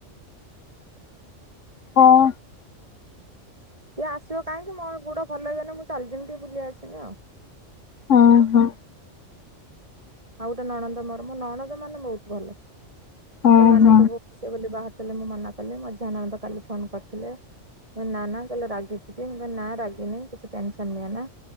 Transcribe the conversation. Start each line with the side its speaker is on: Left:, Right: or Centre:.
Left: ହଁ
Right: ସିଏ ଆସିବ କାହିଁକି ମୋ ଗୋଡ଼ ଭଲ ହେଇଗଲେ ମୁଁ ଚାଲିଯିବିି ଟିକେ ବୁଲି ଆସିବି ଆଉ
Left: ଓ ହୋ
Right: ଆଉ ଗୋଟେ ନଣନ୍ଦ ମୋର ମୋ ନଣନ୍ଦ ମାନେ ବହୁତ ଭଲ ସେମାନେ
Left: ଓ ହୋ
Right: ସବୁ ଆସିବେ ବୋଲି ବାହାରି ମୁଁ ମନା କଲି ମଝିଆ ନଣନ୍ଦ କାଲି ଫୋନ କରିଥିଲେ ନା ନା କହିଲେ ରାଗିଛୁ କିଁ ମୁଁ କହିଲି ନାଁ ରାଗିନି କିଛି ଟେନସନ ନିଅନା।